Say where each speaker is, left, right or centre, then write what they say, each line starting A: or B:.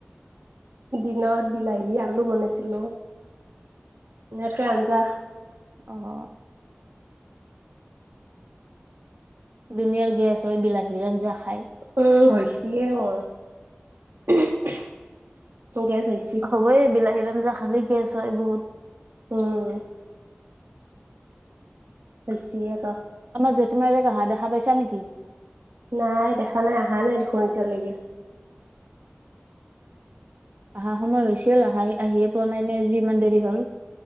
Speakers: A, on the right; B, on the right.
A: দিনত বিলাহী আলু বনাইছিলোঁ এনেকে আঞ্জা
B: অ'। ধুনীয়াৰ গেছ হয় বিলাহীৰ আঞ্জা খাই।
A: উ হৈছে মোৰ গেছ হৈ
B: হ'বয়ে বিলাহী আঞ্জা খালে গেছ হয় বহুত।
A: উম। <unintelligible>
B: আমাৰ জেঠমাৰৰে অহা দেখা পাইছা নেকি।
A: নাই দেখা নাই অহা নাই দেখোন এতিয়ালৈকে।
B: অহা সময় হৈছিল আহাই আহিয়ে পোৱা নাই আজি ইমান দেৰি হ'ল।